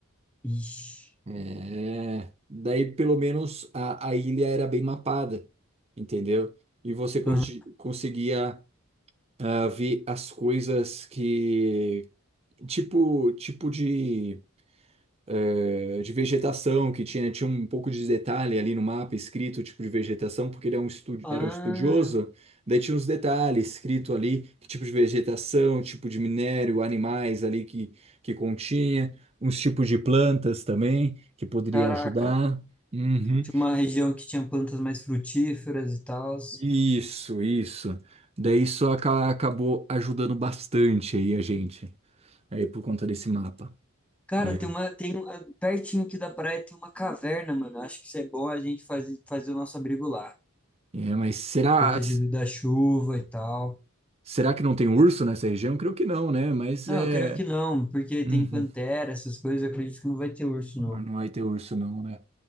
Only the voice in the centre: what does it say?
Ixi.
Aham.
Ah,
caraca.
Tinha uma região que tinha plantas mais frutíferas e tal.
Cara,
tem uma, tem uma, pertinho aqui da praia tem uma caverna, mano. Acho que isso é bom a gente fazer, fazer o nosso abrigo lá.
Protegido da chuva e tal.
Ah,
eu creio que não, porque
tem pantera, essas coisas, eu acredito que não vai ter urso, não.